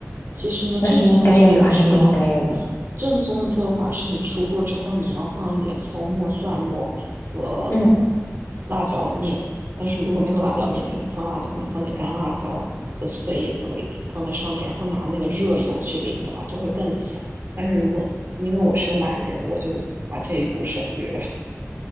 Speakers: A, on the right (about 45°); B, on the left (about 55°).
A: 其实呢，
B: 那是应该要有还是不应该要有？
A: 正宗的做法是要，正宗的做法是你出锅之后，你要放一点葱末、蒜末和
B: 嗯，
A: 辣椒面。但是如果没有辣椒面，可以不放辣椒面，放点干辣椒的碎也可以放在上面，然后拿那个热油去淋它，就会更香。但是如果因为我是懒人，我就把这一步省略。<laughs>